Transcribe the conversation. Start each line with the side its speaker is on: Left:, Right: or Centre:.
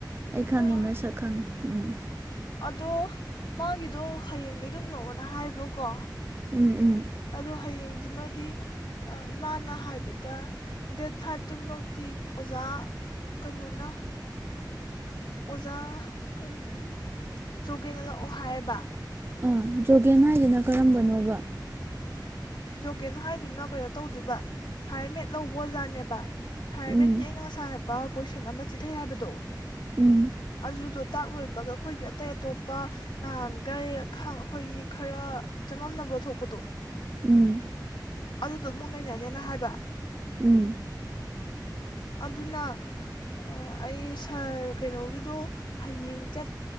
Right: ꯑꯩ ꯈꯪꯉꯦ
Left: ꯑꯥ
Right: ꯃꯁꯛ ꯈꯪꯉꯦ ꯎꯝ
Left: ꯑꯗꯣ ꯃꯥꯒꯤꯗꯣ ꯍꯌꯦꯡꯗꯩꯩ ꯑꯗꯨꯝ ꯂꯥꯛꯑꯣꯅ ꯍꯥꯏꯌꯦꯕꯀꯣ
Right: ꯎꯝ ꯎꯝ
Left: ꯑꯗꯣ ꯍꯌꯦꯡꯖꯤꯃꯗꯤ ꯑꯥ ꯏꯃꯥꯅ ꯍꯥꯏꯕꯗ ꯗꯦꯠ ꯐꯥꯏꯐꯇꯨꯚꯥꯎꯇꯤ ꯑꯣꯖꯥ ꯀꯩꯅꯣꯅ ꯑꯣꯖꯥ ꯀꯔꯤ ꯖꯣꯒꯦꯟꯅ ꯂꯥꯛꯑꯣ ꯍꯥꯏꯌꯦꯕ
Right: ꯑꯥ ꯖꯣꯒꯦꯟ ꯍꯥꯏꯁꯤꯅ ꯀꯔꯝꯕꯅꯣꯕ
Left: ꯖꯣꯒꯦꯟ ꯍꯥꯏꯗꯨꯅ ꯀꯩꯅꯣ ꯇꯧꯗꯣꯏꯕ ꯍꯥꯏꯌꯔ ꯃꯦꯠ ꯂꯧꯕ ꯑꯣꯖꯥꯅꯦꯕ ꯍꯥꯏꯌꯔꯃꯦꯠꯀꯤ
Right: ꯎꯝ
Left: ꯑꯩꯅ ꯉꯁꯥꯏ ꯍꯥꯏꯕ ꯀꯣꯏꯁꯟ ꯑꯃ ꯆꯤꯊꯩ ꯍꯥꯏꯕꯗꯣ
Right: ꯎꯝ
Left: ꯑꯗꯨꯗꯣ ꯇꯥꯛ ꯂꯣꯏꯕꯒ ꯑꯩꯈꯣꯏꯒꯤ ꯑꯇꯩ ꯑꯇꯣꯞꯄ ꯅꯍꯥꯟꯒꯩ ꯈꯥ ꯑꯩꯈꯣꯏꯒꯤ ꯈꯔ ꯆꯃꯝꯅꯕ ꯊꯣꯛꯄꯗꯣ
Right: ꯎꯝ
Left: ꯑꯗꯨꯗꯣ ꯑꯃꯨꯛ ꯅꯩꯅꯅꯤꯅ ꯍꯥꯏꯕ
Right: ꯎꯝ
Left: ꯑꯗꯨꯅ ꯑ ꯑꯩ ꯁꯥꯔ ꯀꯩꯅꯣꯒꯤꯗꯣ ꯍꯌꯦꯡ ꯆꯠ